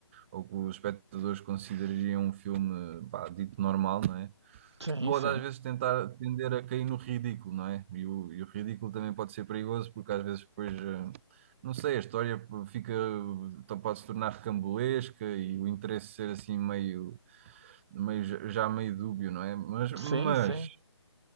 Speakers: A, on the right (about 25°); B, on the right (about 65°).
A: ou que os espectadores considerariam um filme, vá, dito normal, não é?
B: Sim,
A: pode
B: sim.
A: às vezes tentar tender a cair no ridículo, não é? E o, e o ridículo também pode ser perigoso porque às vezes depois, eh, não sei, a história fica, então pode se tornar recambolesca e o interesse ser assim meio, meio já já meio dúbio, não é? Mas, mas,
B: Sim, sim.